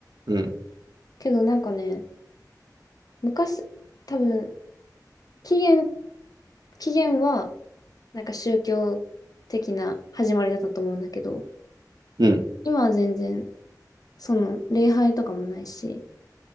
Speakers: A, on the right; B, on the left.
A: うん。
B: けどなんかね、昔、多分、起源、起源は、なんか宗教的な始まりだったと思うんだけど、
A: うん。
B: 今は全然、その、礼拝とかもないし、